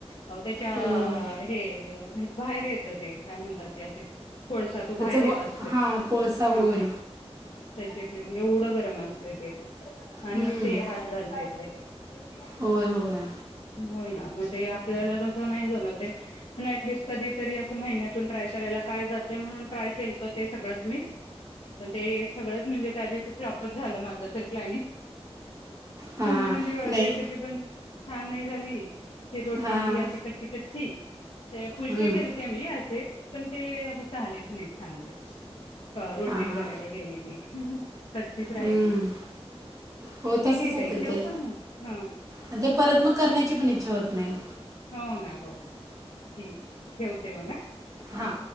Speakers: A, on the left; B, on the right.
A: अ त्याच्या
B: होय होय
A: हे बाहेर येतं ते, काय म्हणतात ते असे? कोळसा तो बाहेर
B: त्याचं
A: येत
B: व
A: असतोय.
B: हां कोळसा होय
A: हा. त्याचे ते एवढं गरम असतय ते आणि
B: हम्म,
A: ते हात घालत्यात. <inaudible>
B: होय, होय.
A: होईना मग ते आपल्याला तस नाही जमते. पण अँटलिस्ट कधीतरी अस महिन्यातून ट्राय करायला काय जातय, म्हणून ट्राय केलत ते सगळंच मी. पण ते सगळंच म्हणजे- त्या दिवशी फ्लाँपच झालं माझं तर प्लँनींग.
B: हां
A: पुर्ण
B: हां
A: म्हण- जे
B: नाही
A: रेसिपी पण छान नाही झाली, ते रोटी
B: हां
A: ती अशी कच्ची, कच्ची. फुलके
B: हम्म,
A: करते मी असे, पण ते असं झालेच नाही चांगले. रोटी
B: हां हां
A: करायला गेली ती, कच्चीच राहिली.
B: हम्म. होय
A: ठीक
B: तसंच
A: आहे
B: होतं
A: ताई, ठेवू
B: ते
A: का मग? हा.
B: आणि ते परत मग करण्याची पण इच्छा होत नाही.
A: हो ना, हो, ठीक आहे, ठेवते मग?
B: हा.